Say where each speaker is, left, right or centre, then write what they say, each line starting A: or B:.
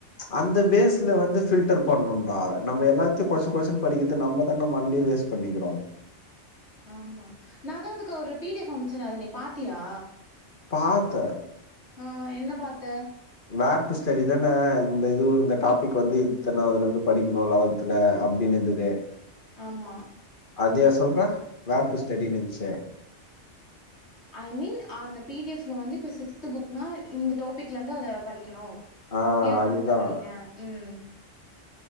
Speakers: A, on the left (about 45°); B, on the left (about 65°).
A: அந்த பேஸ்ல வந்து பில்டர் பண்ணுன்டா நம்ம எல்லாத்தையு கொச கொச படிக்கிறது நம்மதான மண்டே வேஸ் பண்ணிக்கிறோ
B: ஆமா நாதா உனக்கு ஒரு பிடிஃப் அச்சன அத நீ பாத்தியா
A: பாத்த
B: ஆ என்ன பாத்த
A: மேட்டு ஸ்டடி தான இந்த இது இந்த டாபிக் வந்து இத்தானதுல இருந்து படிக்கணு லெவல் த்துல அப்டின்னு இதுவே
B: ஆமா
A: அதையா சொல்ற வேர் டு ஸ்டெடின் இருந்துச்சே
B: ஐ மீன் அந்த பிடிஎஃப்ல வந்து இப்ப சிக்ஸ்த் புக்னா இந்த டாபிக்லந்து அத படிக்கணும்
A: ஆ
B: இலக்கணத்த
A: அதுதான்.
B: படிங்க உம்